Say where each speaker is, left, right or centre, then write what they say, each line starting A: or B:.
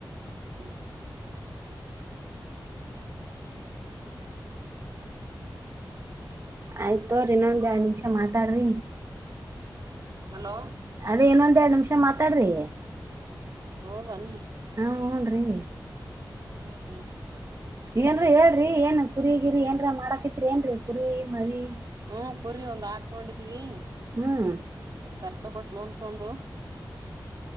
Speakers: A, on the right; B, on the right.
A: ಹ್ಮ್
B: ಆಯ್ತೋ್ರರಿ ಇನ್ನೊಂದ್ ಎರಡ್ ನಿಮಿಷ ಮಾತಾಡ್ರಿ
A: ಹಲೋ
B: ಅದ ಇನ್ನೊಂದೆರಡ್ ನಿಮಿಷ ಮಾತಾಡ್ರಿ
A: ಹೌದನ್
B: ಹೋನ್್ರೀ
A: ಹ್ಮ್ ಹ್ಮ್
B: ಏನ್ರು ಹೇಳ್ರಿ ಏನ್ ಕುರಿ ಹರಿ ಏನ್ರ ಮಾಡಕತ್ರಿ ಏನ್ರೀ ಕುರಿ ಮರಿ
A: ಹ್ಮ್ ಕುರ್ರಿ ಒಂದ್ ಆಡ್ ತಗೊಂಡಿದೀವಿ
B: ಹ್ಮ್
A: ಒತ್ಸರ್ ತಕಟ್ಟ ಲೋನ್ ತಂದು